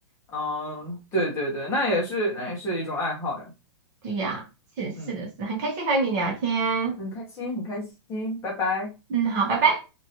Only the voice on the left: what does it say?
嗯，对对对，那也是，那也是一种爱好呀。
嗯，
很开心，很开心，拜拜。